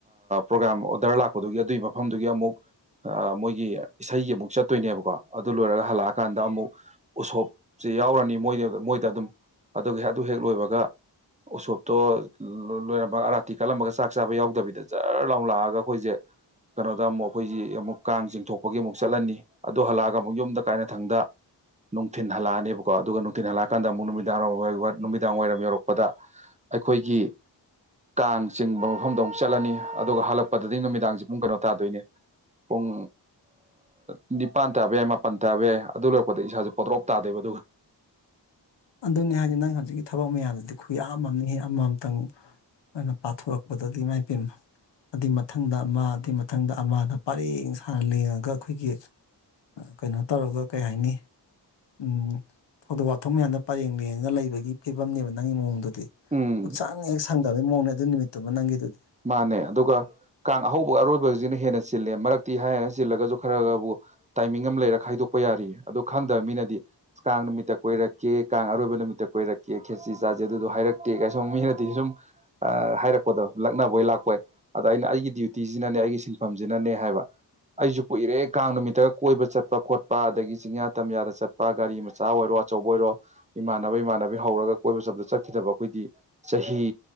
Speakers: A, on the right; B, on the left.
A: ꯄ꯭ꯔꯣꯒꯥꯥꯝ ꯑꯣꯗꯔ ꯂꯥꯛꯄꯗꯨꯒꯤ ꯑꯗꯨꯒꯤ ꯃꯐꯝꯗꯨꯒꯤ ꯑꯃꯨꯛ ꯃꯣꯏꯒꯤ ꯏꯁꯩꯒꯤ ꯑꯃꯨꯛ ꯆꯠꯇꯣꯏꯅꯦꯕꯀꯣ ꯑꯗꯨ ꯂꯣꯏꯔꯒ ꯍꯜꯂꯛꯑꯀꯥꯟꯗ ꯑꯃꯨꯛ ꯎꯁꯣꯞ ꯆꯦ ꯌꯥꯎꯔꯅꯤ ꯃꯣꯏ ꯃꯣꯏꯗ ꯑꯗꯨꯝ ꯑꯗꯨꯒ ꯍꯦꯛ ꯑꯗꯨ ꯍꯦꯛ ꯂꯣꯏꯕꯒ ꯎꯁꯣꯞꯇꯣ ꯂꯣꯏꯔꯝꯕ ꯑꯔꯥꯊꯤ ꯀꯠꯂꯝꯂꯒ ꯆꯥꯛ ꯆꯥꯕ ꯌꯥꯎꯗꯕꯤꯗ ꯖꯔ ꯂꯥꯎ ꯂꯥꯛꯑꯒ ꯑꯩꯈꯣꯏꯁꯦ ꯀꯩꯅꯣꯗ ꯑꯃꯨꯛ ꯑꯩꯈꯣꯏꯁꯤ ꯑꯃꯨꯛ ꯀꯥꯡ ꯆꯤꯡꯊꯣꯛꯄꯒꯤ ꯑꯃꯨꯛ ꯆꯠꯂꯟꯅꯤ ꯑꯗꯨ ꯍꯜꯂꯛꯑꯒ ꯑꯃꯨꯛ ꯌꯨꯝꯗ ꯀꯥꯏꯅ ꯊꯪꯗ ꯅꯨꯡꯊꯤꯟꯜꯂꯛꯑꯅꯤꯕꯀꯣ ꯑꯗꯨꯒ ꯅꯨꯡꯊꯤꯟ ꯍꯜꯂꯛꯀꯥꯟꯗ ꯑꯃꯨꯛ ꯅꯨꯃꯤꯗꯥꯡ ꯅꯨꯃꯤꯗꯥꯡ ꯋꯥꯏꯔꯝ ꯌꯧꯔꯛꯄꯗ ꯑꯩꯈꯣꯏꯒꯤ ꯀꯥꯡ ꯆꯤꯡꯕ ꯃꯐꯝꯗꯧ ꯑꯃꯨꯛ ꯆꯠꯂꯅꯤ ꯑꯗꯨꯒ ꯍꯜꯂꯛꯄꯗꯗꯤ ꯅꯨꯃꯤꯗꯥꯡꯁꯦ ꯄꯨꯡ ꯀꯩꯅꯣ ꯇꯥꯗꯣꯏꯅꯦ ꯄꯨꯡ ꯅꯤꯞ ꯄꯥꯟ ꯇꯥꯕ ꯌꯥꯏ ꯃꯥꯄꯟ ꯇꯥꯕ ꯌꯥꯏ ꯑꯗꯨ ꯂꯣꯏꯛꯄꯗ ꯏꯁꯥꯁꯦ ꯄꯣꯗ꯭ꯔꯣꯛ ꯇꯥꯗꯣꯏꯕ ꯑꯗꯨꯒ
B: ꯑꯗꯨꯅꯤ ꯍꯥꯏꯗꯤ ꯅꯪ ꯍꯧꯖꯤꯛꯀꯤ ꯊꯕꯛ ꯃꯌꯥꯝꯗꯨꯗꯤ ꯈꯨꯌꯥꯝ ꯑꯝꯅꯤꯍꯦ ꯑꯃꯃꯝꯇꯪ ꯑꯩꯅ ꯄꯥꯊꯣꯔꯛꯄꯗꯗꯤ ꯃꯥꯏ ꯄꯦꯝꯃ ꯑꯗꯨꯏ ꯃꯊꯪꯗ ꯑꯃ ꯑꯗꯨꯏ ꯃꯊꯪꯗ ꯑꯃꯗ ꯄꯔꯦꯡ ꯁꯥꯅ ꯂꯦꯡꯉꯒ ꯑꯩꯈꯣꯏꯒꯤ ꯀꯩꯅꯣ ꯇꯧꯔꯒ ꯀꯩ ꯍꯥꯏꯅꯤ ꯎꯝ ꯊꯧꯗꯣꯛ ꯋꯥꯊꯣꯛ ꯃꯌꯥꯝꯗ ꯄꯔꯦꯡ ꯂꯦꯡꯉꯒ ꯂꯩꯕꯒꯤ ꯐꯤꯕꯝꯅꯦꯕ ꯅꯪꯒꯤ ꯃꯑꯣꯡꯗꯨꯗꯤ
A: ꯎꯝ
B: ꯁꯨꯛꯁꯪ ꯍꯦꯛ ꯁꯪ ꯈꯪꯗꯕꯩ ꯃꯑꯣꯡꯅꯦ ꯑꯗꯨ ꯅꯨꯃꯤꯠꯇꯨꯃ ꯅꯪꯒꯤꯗꯨꯗꯤ
A: ꯃꯥꯅꯦ ꯑꯗꯨꯒ ꯀꯥꯡ ꯑꯍꯧꯕ ꯑꯔꯣꯏꯕꯕꯁꯤꯅ ꯍꯦꯟꯅ ꯆꯤꯜꯂꯦ ꯃꯔꯛꯇꯤ ꯍꯥꯏ ꯍꯦꯅ ꯆꯤꯜꯂꯒꯁꯨ ꯈꯔ ꯈꯔꯕꯨ ꯇꯥꯏꯃꯤꯡ ꯑꯃ ꯂꯩꯔ ꯈꯥꯏꯗꯣꯛꯄ ꯌꯥꯔꯤꯌꯦ ꯑ ꯈꯪꯗꯕ ꯃꯤꯅꯗꯤ ꯀꯥꯡ ꯅꯨꯃꯤꯠꯇ ꯀꯣꯏꯔꯛꯀꯦ ꯀꯥꯡ ꯑꯔꯣꯏꯕ ꯅꯨꯃꯤꯠꯇ ꯀꯣꯏꯔꯛꯀꯦ ꯈꯦꯠꯆ ꯆꯥꯖꯦ ꯑꯗꯨꯗꯣ ꯍꯥꯏꯔꯛꯇꯦ ꯀꯥꯏꯁꯣ ꯃꯤꯅꯗꯤ ꯁꯨꯝ ꯍꯥꯏꯔꯛꯄꯗꯣ ꯂꯛꯅꯕꯣꯏ ꯂꯥꯛꯄꯣꯏ ꯑꯗ ꯑꯩꯅ ꯑꯩꯒꯤ ꯗ꯭ꯌꯨꯇꯤꯁꯤꯅꯅꯦ ꯑꯩꯒꯤ ꯁꯤꯟꯐꯝꯁꯤꯅꯅꯦ ꯍꯥꯏꯕ ꯑꯩꯁꯨ ꯀꯨꯏꯔꯦ ꯀꯥꯡ ꯅꯨꯃꯤꯠꯇꯒ ꯀꯣꯏꯕ ꯆꯠꯄ ꯈꯣꯠꯄ ꯑꯗꯒꯤ ꯆꯤꯡꯌꯥ ꯇꯝꯌꯥꯗ ꯆꯠꯄ ꯒꯥꯔꯤ ꯑꯃ ꯆꯆꯥ ꯑꯣꯏꯔꯣ ꯑꯆꯧꯕ ꯑꯣꯏꯔꯣ ꯏꯃꯥꯟꯅꯕ ꯏꯃꯥꯟꯅꯕꯤ ꯍꯧꯔꯒ ꯀꯣꯏꯕ ꯆꯕꯗ ꯆꯠꯈꯤꯗꯕ ꯑꯩꯈꯣꯏꯗꯤ ꯆꯍꯤ